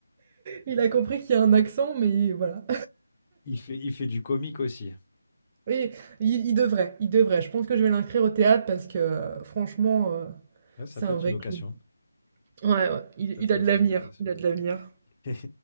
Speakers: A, on the right (about 20°); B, on the left (about 25°).
A: Il a compris qu'il y a un accent, mais voilà.
B: Il fait, il fait du comique aussi.
A: Oui, il, il devrait, il devrait. Je pense que je vais l'inscrire au théâtre parce que euh, franchement, euh,
B: Ouais, ça
A: c'est
B: peut
A: un
B: être
A: vrai
B: une vocation.
A: clou. Ouais, ouais, il,
B: Ça
A: il
B: peut
A: a
B: être
A: de l'avenir.
B: une vocation.
A: Il a de l'avenir.
B: <laughs>